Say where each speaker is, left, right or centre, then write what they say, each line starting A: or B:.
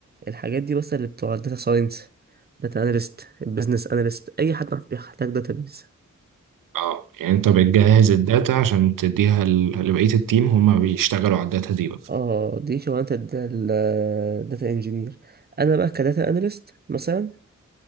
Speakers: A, on the right; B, on the right.
A: الحاجات دي بس اللي بتوع الداتا ساينس داتا اناليست البيزنس اناليست اي حد بيحتاج داتابيز
B: اه يعني انت بتجهز الداتا عشان تديها ل- لبقيه التيم هما بيشتغلوا على الداتا دي بقى
A: اه دي شغلانة الداتا انجينير انا بقى كداتا اناليست مثلا